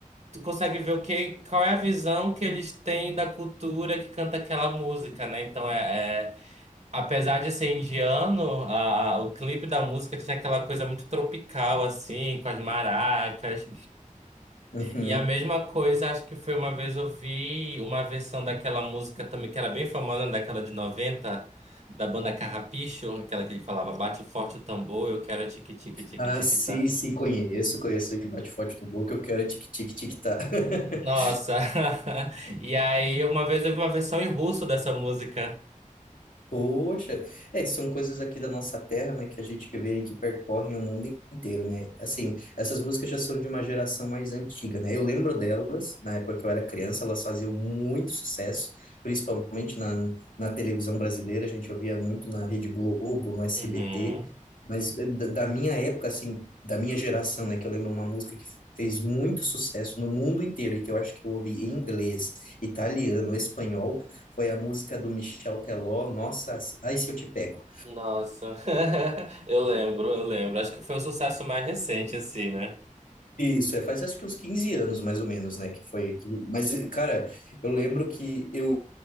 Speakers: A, on the right (about 55°); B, on the left (about 80°).
A: Tu consegue ver o que, qual é a visão que eles têm da cultura que canta aquela música, né? Então é, é- apesar de ser indiano, a- a- o clipe da música tinha aquela coisa muito tropical, assim, com as maracas.
B: Uhum.
A: E a mesma coisa, acho que foi uma vez eu vi uma versão daquela música também, que era bem famosa na década de 90 da banda Carrapicho, aquela que ele falava, bate forte o tambor, eu quero tique tique tique
B: Ah,
A: tique
B: sim,
A: tá.
B: sim, conheço, conheço. E bate forte do boca, eu quero é tic-tic-tic-tá. <laughs>
A: Nossa. <laughs> E aí, uma vez eu vi uma versão em russo dessa música.
B: Poxa, é, são coisas aqui da nossa terra, né, que a gente vê e que percorrem o mundo inteiro, né? Assim, essas músicas já são de uma geração mais antiga, né? Eu lembro delas, na época que eu era criança, elas faziam muito sucesso, principalmente na, na televisão brasileira, a gente ouvia muito na Rede Globo, no SBT,
A: Uhum.
B: mas eh, da, da minha época, assim, da minha geração, né, que eu lembro uma música que fez muito sucesso no mundo inteiro e que eu acho que eu ouvi em inglês, italiano, espanhol, foi a música do Michel Teló, Nossa, Ai Se Eu Te Pego.
A: Nossa. <laughs> Eu lembro, eu lembro. Acho que foi o sucesso mais recente, assim, né?
B: Isso, é, faz acho que uns 15 anos mais ou menos, né, que foi, que- mas, cara, eu lembro que eu,